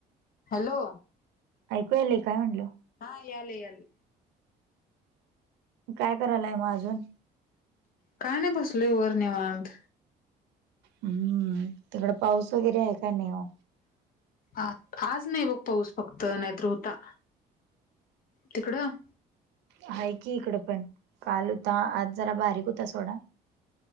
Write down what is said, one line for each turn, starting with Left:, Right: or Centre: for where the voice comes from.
Left: हॅलो!
Right: ऐकू यायलाय काय म्हणलं?
Left: हा यालय यालय.
Right: काय करायलाय मग अजून?
Left: काय नाही बसलोय वर निवांत.
Right: हम्म तिकड पाऊस वगैरे आहे का नाही ओ?
Left: अ आज नाही बघ पाऊस फक्त नाही तर होता. तिकडं?
Right: आहे की इकड पण काल होता आज जरा बारीक होता सोडा.